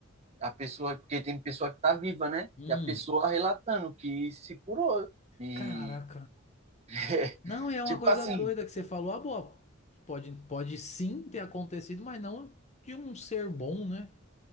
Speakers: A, on the right; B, on the left.
A: a pessoa, porque tem pessoa que tá viva, né?
B: Hum,
A: E a pessoa relatando que se curou. E
B: caraca.
A: <laughs>
B: Não, e é uma
A: tipo
B: coisa
A: assim,
B: doida que você falou. Ah, boa. Pode, pode sim ter acontecido, mas não de um ser bom, né?